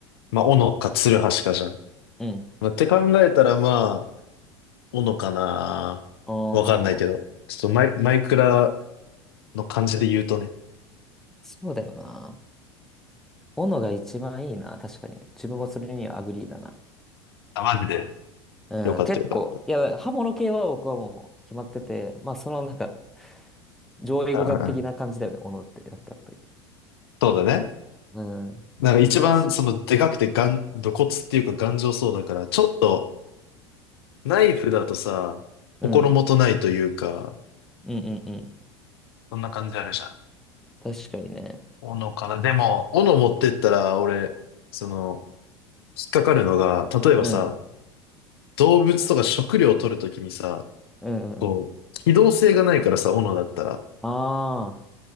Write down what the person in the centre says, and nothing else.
うん。
お
ー、
そうだよな。斧が一番いいな。確かに。自分はそれにはアグリーだな。
うん。
結構。いや、刃物系は僕はもう決まってて、まあそのなんか、上位互換的な感じだよね。
斧って。なんかやっぱり。
うん。
確か、
うん。
うんうんうん。
確かにね。
うん。
うんうんうん。
ああ。